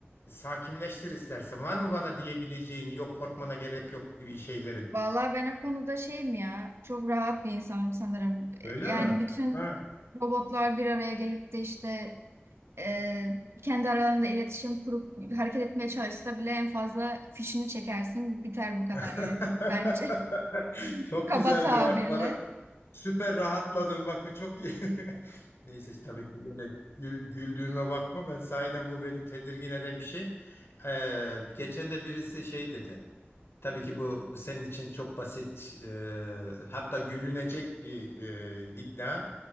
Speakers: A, on the left; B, on the right.
A: sakinleştir istersen. Var mı bana diyebileceğin yok korkmana gerek yok gibi şeylerin?
B: Vallahi ben o konuda şeyim ya, çok rahat bir insanım sanırım.
A: Öyle
B: Yani
A: mi?
B: bütün
A: Ha.
B: robotlar bir araya gelip de işte e, kendi aralarında iletişim kurup hareket etmeye çalışsa bile en fazla fişini çekersin, biter bu kadar
A: <laughs>
B: yani bence. <laughs>
A: Çok
B: Kaba
A: güzeldi
B: tabirle
A: bak. Süper rahatladım bak bu çok iyi. <laughs> Neyse tabii ki böyle gül- güldüğüme bakma ben sahiden bu beni tedirgin eden bir şey. Ee, geçen de birisi şey dedi. Tabii ki bu, bu senin için çok basit e, hatta gülünecek bir e, iddia.